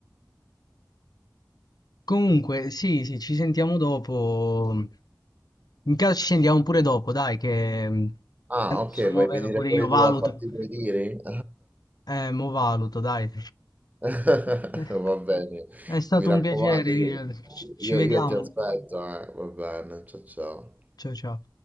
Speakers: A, on the left; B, on the right.
A: comunque sì, sì, ci sentiamo dopo. In caso ci sentiamo pure dopo, dai, che mm,
B: Ah,
A: adesso
B: ok,
A: mo
B: vuoi
A: vedo
B: venire
A: pure
B: pure
A: io, valuto.
B: tu a farti due tiri? <laughs>
A: Eh, mo valuto, dai.
B: <laughs>
A: Eh,
B: Va bene,
A: È stato
B: mi raccomando,
A: un piacere, Lilian.
B: io,
A: ci ci
B: io-
A: vediamo.
B: io ti aspetto, eh. Va bene, ciao ciao.
A: Ciao ciao.